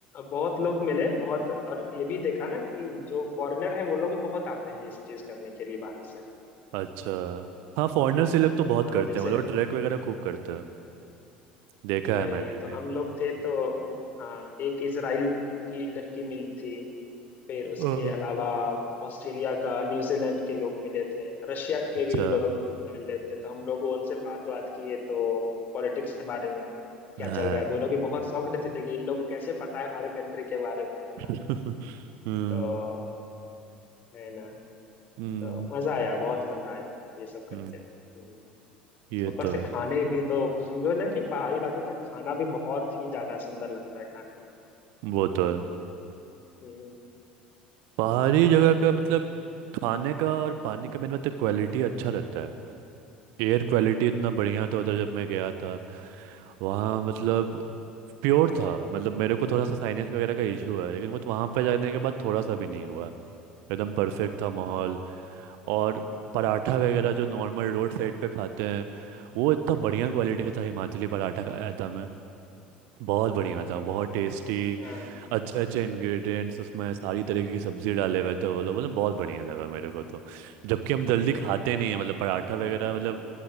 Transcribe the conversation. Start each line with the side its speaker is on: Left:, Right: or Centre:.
Left: बहुत लोग मिले बहुत और ये भी देखा ना कि जो फॉरेनर है वो लोग भी बहुत आते हैं ये सब चीज करने के लिए बाहर से
Right: अच्छा हाँ फॉरेनर्स ये लोग तो बहुत
Left: हाँ
Right: करते
Left: जैसे
Right: हैं वो लोग
Left: हाँ
Right: ट्रैक वगैरह खूब करते हैं देखा
Left: वही
Right: है मैंने
Left: तो
Right: भी
Left: हम लोग थे तो हाँ एक इजराइल की लड़की मिली थी फिर उसके
Right: अ,
Left: अलावा ऑस्ट्रेलिया का न्यूजीलैंड के लोग मिले थे रशिया के
Right: अच्छा
Left: भी लोग मिले थे तो हम लोग उनसे बात बात किए तो पॉलिटिक्स के बारे में क्या
Right: हाँ
Left: चल रहा है तो वो लोग भी बहुत शॉक्ड थे, थे कि इन लोगों को कैसे पता है हमारे कंट्री के बारे में इतना
Right: <laughs> हम्म
Left: तो है ना
Right: हम्म
Left: तो मजा आया बहुत मजा आया ये सब करके
Right: हम्म,
Left: हम्म।
Right: ये
Left: ऊपर
Right: तो
Left: से
Right: है
Left: खाने भी तो समझो ना कि पहाड़ी इलाकों का खाना भी बहुत ही ज्यादा सुंदर लगता है खाने में
Right: वो तो है
Left: हम्म।
Right: पहाड़ी जगह का मतलब खाने का और पानी का मेन मतलब क्वालिटी अच्छा रहता है एयर क्वालिटी इतना बढ़िया था उधर जब मैं गया था वहाँ मतलब प्योर था मतलब मेरे को थोड़ा सा साइनस वगैरह का इशू है लेकिन मुझे वहाँ पर जाने के बाद थोड़ा सा भी नहीं हुआ एकदम परफेक्ट था माहौल और पराठा वगैरह जो नॉर्मल रोड साइड पे खाते हैं वो इतना बढ़िया क्वालिटी का था हिमाचली पराठा खाया था मैं बहुत बढ़िया था बहुत टेस्टी
Left: हाँ
Right: अच्छे अच्छे इंग्रेडिएंट्स उसमें सारी तरीके की सब्जी डाले हुए थे वो लोग मतलब बहुत बढ़िया लगा मेरे को तो जबकि हम जल्दी खाते नहीं है मतलब पराठा वगैरह
Left: हाँ
Right: मतलब